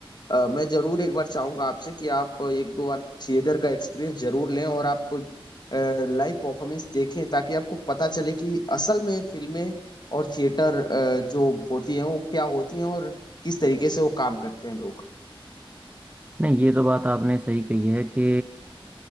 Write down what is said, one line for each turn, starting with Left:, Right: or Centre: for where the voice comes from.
Left: अ, मैं जरूर एक बार चाहूंगा आपसे कि आप एक दो बार थिएटर का एक्सपीरियंस जरूर लें और आप लाइव परफॉर्मेंस देखें ताकि आपको पता चले कि असल में फिल्में और थिएटर अ, जो होती हैं वो क्या होती हैं और किस तरीके से वो काम करते हैं लोग
Right: नहीं ये तो बात आपने सही कही है कि